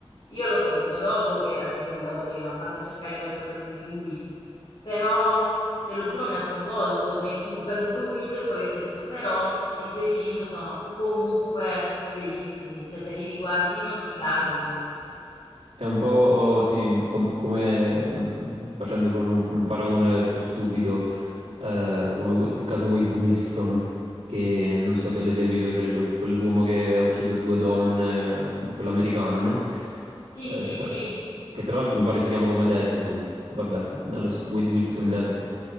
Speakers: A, on the left; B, on the right.
A: io l'ho saputo dopo che era così misogino, andando a cercare qualcosa su di lui, però te lo giuro, mi ha sconvolto, mi è tipo caduto un mito e poi ho detto, però i suoi film sono comunque bellissimi, cioè se li riguardi non ti cadono.
B: È un po' sì, com- come mm, facendo proprio un, un paragone più stupido, eh, come que- il caso Wade Wilson, che non
A: Mhm.
B: so se l'hai seguito, che sarebbe que- quell'uomo che ha ucciso due donne, eh, quell'americano, no?
A: Sì,
B: Eh,
A: sì,
B: che tra,
A: sì.
B: che tra l'altro mi pare si chiama come Deadpool, vabbè, nello s- Wade Wilson
A: <laughs>
B: Deadpool.